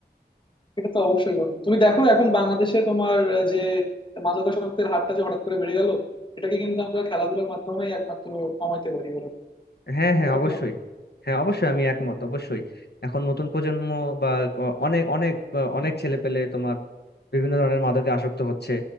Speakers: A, on the left; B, on the left.
A: সেটা তো অবশ্যই বন্ধু তুমি দেখো এখন বাংলাদেশে তোমার আহ, যে মাদকাসক্তের হারটা যে হঠাৎ করে বেড়ে গেল এটাকে কিন্তু আমরা খেলাধুলার মাধ্যমেই একমাত্র কমাইতে পারি বলে মনে হয়।
B: হ্যাঁ হ্যাঁ
A: তোমার
B: অবশ্যই
A: কি মনে হয়
B: হ্যাঁ অবশ্যই আমি একমত অবশ্যই এখন নতুন প্রজন্ম বা ক- অনেক অনেক আহ, অনেক ছেলেপেলে তোমার বিভিন্ন ধরনের মাদকে আসক্ত হচ্ছে